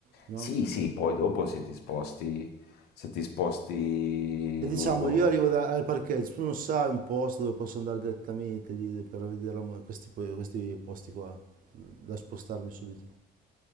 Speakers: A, on the right (about 55°); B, on the left (about 70°).
A: no?
B: Sì, sì, poi dopo se ti sposti, se ti sposti
A: E
B: lungo,
A: diciamo, io arrivo da- al parcheggio, tu non sai un posto dove posso andare direttamente lì per vedere la mo- questi, po- questi posti qua, da spostarmi subito.